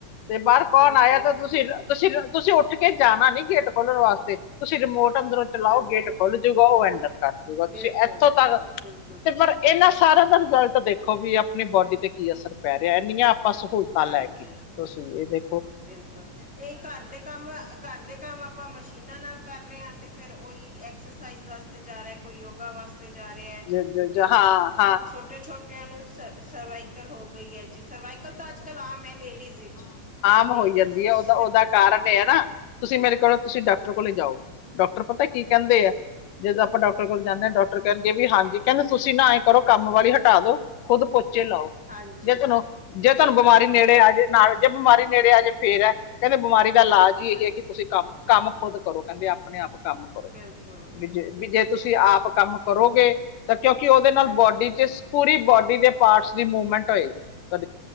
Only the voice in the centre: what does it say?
ਬਿਲਕੁਲ
ਬਿਲਕੁਲ
ਹਾਂਜੀ
ਬਿਲਕੁਲ
ਬਿਲਕੁਲ
ਬਿਲਕੁਲ
ਹਾਂਜੀ
ਬਿਲਕੁਲ ਇਹ ਘਰ ਦੇ ਕੰਮ ਘਰ ਦੇ ਕੰਮ ਆਪਾਂ ਮਸ਼ੀਨਾਂ ਨਾਲ ਕਰ ਰਹੇ ਹਾਂ। ਤੇ ਫੇਰ ਉਈ ਐਕਸਰਸਾਈਜ਼ ਵਾਸਤੇ ਜਾ ਰਿਹਾ ਹੈ ਕੋਈ ਯੋਗਾ ਵਾਸਤੇ ਤੇ ਜਾ ਰਹੇ ਹੈ
ਕਿਉਂਕਿ
ਉਹ
ਛੋਟੇ ਛੋਟਿਆਂ ਨੂੰ ਸਰਵਾਈਕਲ ਹੋ। ਹੋ ਗਈ ਹੈ ਜੀ ਸਰਵਾਈਕਲ ਤਾਂ ਅੱਜ ਕੱਲ ਆਮ ਹੈ ਲੇਡੀਜ਼ ਵਿੱਚ
ਲੇਡੀਜ਼
ਵਿੱਚ
ਤੇ ਹਾਂ
ਹਾਂਜੀ
ਹਾਂਜੀ
ਬਿਲਕੁਲ
ਹਾਂਜੀ
ਬਿਲਕੁਲ ਬਿਲਕੁਲ
ਹਾਂਜੀ
ਹਾਂਜੀ